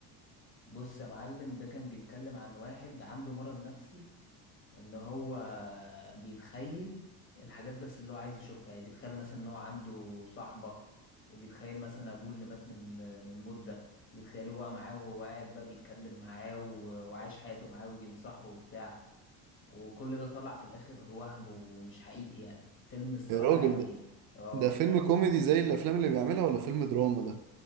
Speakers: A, on the left; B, on the right.
A: بص يا معلم ده كان بيتكلم عن واحد عنده مرض نفسي ان هو بيتخيل الحاجات بس اللي هو عايز يشوفها يعني بيتخيل مثلا ان هو عنده صاحبة وبيتخيل مثلا ابوه اللي مات من آه، من مدة بيتخيل هو معاه وهو قاعد بقى بيتكلم معاه و- وعايش حياته معاه وبينصحه وبتاع وكل ده طلع في الاخر وهم ومش حقيقي يعني فيلم الصراحة
B: يا راجل
A: يعني
B: ده
A: اه
B: ده فيلم كوميدي زي الافلام اللي بيعملها ولا فيلم دراما ده